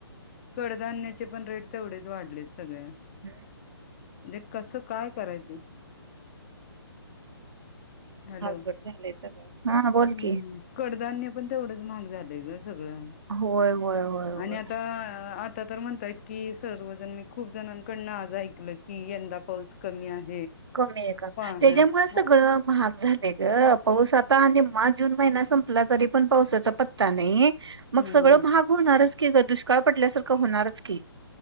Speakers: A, on the left; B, on the right.
A: कडधान्याचे पण रेट तेवढेच वाढलेत सगळे.
B: हम्
A: म्हणजे कसं काय करायचं? हॅलो
B: अवघड झालंय सगळं. हा बोल
A: हम्म
B: की
A: कडधान्य पण तेवढंच महाग झालय गं. सगळं
B: होय होय होय होय
A: आणि आता आ. आता तर म्हणतात की सर्वजण मी खूप जणांकडून आज ऐकलं की यंदा पाऊस कमी आहे.
B: लोकसंख्या कमी आहे, का
A: पाण्या
B: त्याच्यामुळे सगळं
A: प
B: महाग आहे. झाले गं पाऊस आता आणि मे जून महिना संपला तरी पण पावसाचा पत्ता नाही. मग
A: हम्म
B: सगळं महाग होणारच की ग दुष्काळ पडल्यासारखं होणारच की,